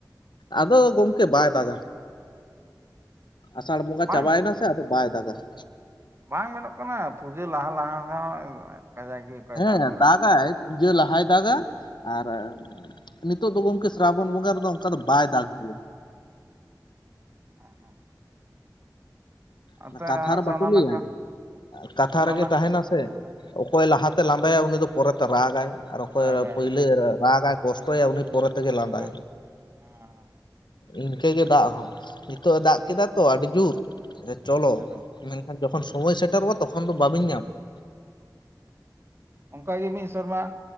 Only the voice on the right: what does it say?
ᱵᱟᱝ
ᱵᱟᱝ ᱢᱮᱱᱚᱜ ᱠᱟᱱᱟ, ᱯᱩᱡᱟᱹ ᱞᱟᱦᱟ ᱞᱟᱦᱟ ᱦᱚᱸ ᱠᱟᱡᱟᱠ ᱜᱮ ᱚᱠᱚᱭ
ᱫᱟᱜ ᱵᱟᱲᱟᱭᱟ
<unintelligible> ᱟᱪᱪᱷᱟ
ᱚᱱᱟ
ᱱᱟᱠᱷᱟ
ᱚᱱᱟ
ᱱᱟᱠᱷᱟ
ᱦᱮᱸ ᱦᱮᱸ
ᱫᱟᱜᱟᱭ
ᱠᱷᱟᱡ ᱫᱚ
ᱦᱮᱸ
ᱦᱮᱸ
ᱠᱷᱟᱡ ᱫᱚ
ᱚᱱᱠᱟᱜᱮ ᱢᱤᱫ ᱥᱮᱨᱢᱟ